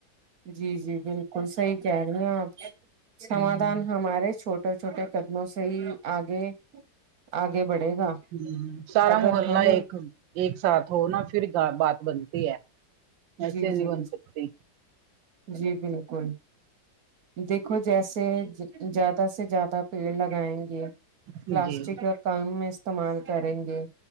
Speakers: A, on the right; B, on the right.
A: جی جی بالکل صحیح کہہ رہی ہیں آپ سمادھان
B: ہوں،
A: ہمارے چھوٹ چھوٹے چھوٹے قدموں سے ہی آگے آگے بڑھے گا
B: یوں یوں سارا
A: اگر
B: محلہ
A: ہم
B: ایک ایک ساتھ ہو نا پھر بات بنتی ہے ایسے
A: جی
B: نہیں
A: جی
B: بن سکتی
A: جی بالکل دیکھو جیسے زیادہ سے زیادہ پیڑ لگائیں گے جی
B: جی
A: پلاسٹک کام میں استعمال کریں گے